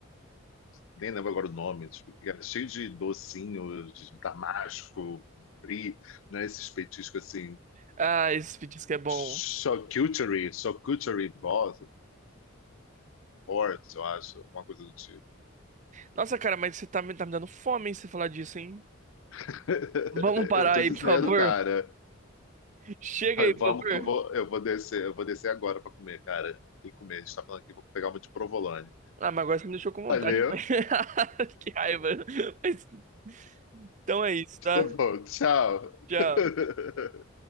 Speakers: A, on the left (about 70°); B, on the right (about 35°).
A: Nem lembro agora o nome, tipo, que era cheio de docinho, de damasco, brie, né? Esses petiscos, assim,
B: Ah, esse petisco é bom.
A: charcuterie, charcuterie board, board, eu acho, alguma coisa do tipo.
B: Nossa, cara, mas você tá me, tá me dando fome, hein, você falar disso, hein?
A: <laughs>
B: Vamos parar
A: Eu tô
B: aí,
A: dizendo,
B: por favor.
A: cara.
B: Chega
A: <laughs>
B: aí, por
A: Vamos
B: favor.
A: que eu vou, eu vou descer, eu vou descer agora para comer, cara. Tem que comer. A gente tá falando aqui, vou pegar uma de provolone.
B: Ah, mas agora você me deixou com vontade.
A: Valeu.
B: <laughs>
A: <laughs>
B: Que raiva. Mas, então é isso, tá?
A: Tá bom, tchau.
B: Tchau.
A: <laughs>